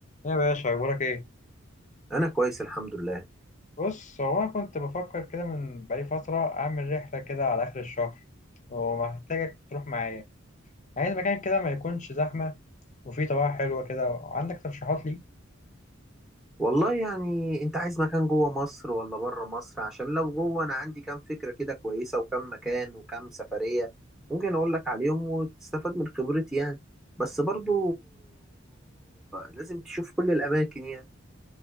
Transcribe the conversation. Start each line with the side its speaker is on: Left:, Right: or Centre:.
Left: إيه يا باشا أخبارك إيه؟
Centre: انا كويس الحمد لله
Left: بص هو أنا كنت بفكر كده من بقالي فترة أعمل رحلة كده على آخر الشهر ومحتاجك تروح معايا عايز مكان كده ما يكونش زحمة وفيه طبيعة حلوة كده عندك ترشيحات لي؟
Centre: والله يعني انت عايز مكان جوه مصر ولا بره مصر عشان لو جوه انا عندي كام فكرة كده كويسة وكام مكان وكام سفرية ممكن اقول لك عليهم وتستفاد من خبرتي يعني بس برضو لازم تشوف كل الاماكن يعني